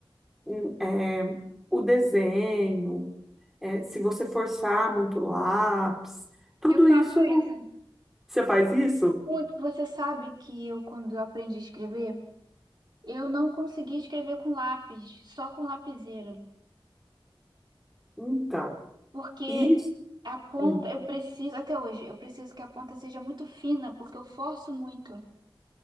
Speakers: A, in the centre; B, on the right.
A: hum, é, o desenho, é, se você forçar muito o lápis, tudo
B: Eu faço
A: isso.
B: isso.
A: Você faz isso?
B: Muito. Você sabe que eu, quando eu aprendi a escrever, eu não conseguia escrever com lápis, só com lapiseira.
A: Então,
B: Porque
A: isso.
B: a ponta,
A: hum,
B: eu preciso, até hoje, eu preciso que a ponta seja muito fina, porque eu forço muito.